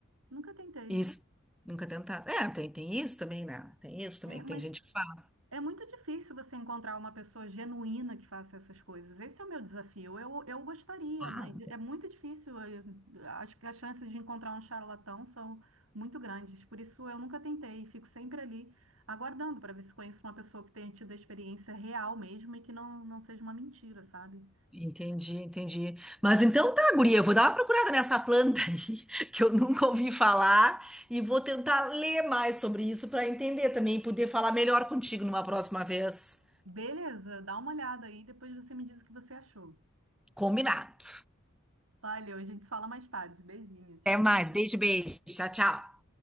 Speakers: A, on the right; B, in the centre.
A: nunca tentei.
B: Isso. Nunca tentado É, tem, tem isso também, né? Tem isso também,
A: É,
B: que
A: mas
B: tem gente que faz.
A: É muito difícil você encontrar uma pessoa genuína que faça essas coisas. Esse é o meu desafio. Eu, eu gostaria,
B: Ah,
A: mas é muito difícil. Eu- Acho que as chances de encontrar um charlatão são muito grandes. Por isso, eu nunca tentei. Fico sempre ali aguardando para ver se conheço uma pessoa que tenha tido a experiência real mesmo e que não, não seja uma mentira, sabe?
B: Entendi, entendi. Mas então tá, guria, eu vou dar uma procurada nessa planta aí, <laughs> que eu nunca ouvi falar, e vou tentar ler mais sobre isso para entender também e poder falar melhor contigo numa próxima vez.
A: Beleza, dá uma olhada aí, depois você me diz o que você achou.
B: Combinado.
A: Valeu, a gente se fala mais tarde. Beijinho, tchau,
B: Até mais.
A: tchau.
B: Beijo, beijo. Tchau, tchau.